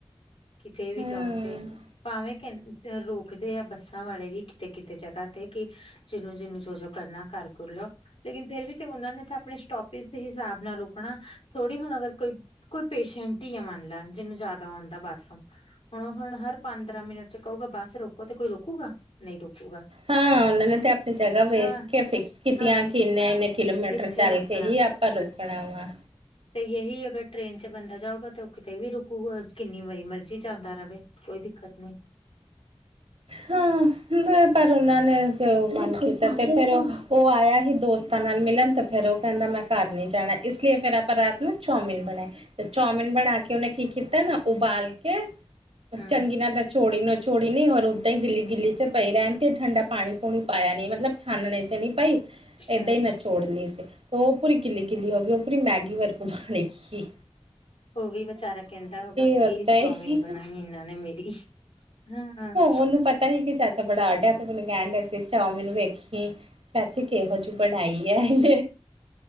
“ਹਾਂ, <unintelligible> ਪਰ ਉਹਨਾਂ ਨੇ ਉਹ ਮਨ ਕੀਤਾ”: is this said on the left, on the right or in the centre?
Right